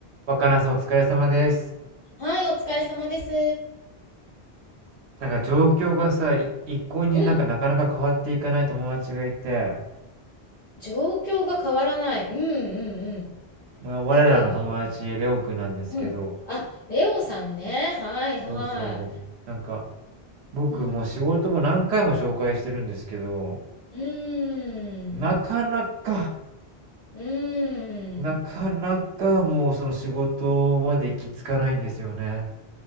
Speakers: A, on the right (about 90°); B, on the left (about 60°).
A: 若菜さんお疲れ様です。
B: はい、お疲れ様です。
A: なんか状況がさ、い一向になんかなかなか変わっていかない友達がいて、
B: うん。状況が変わらない。うんうんうん。
A: まあ我らの友達、
B: 例えば
A: レオくんなんですけど、
B: うん。あ、レオさんね。はいは
A: そうそう。なんか僕もう仕事も何回も紹介してるんですけど、
B: い。うん。うーん。
A: なかなか、
B: うーん。
A: なかなかもうその仕事まで行き着かないんですよね。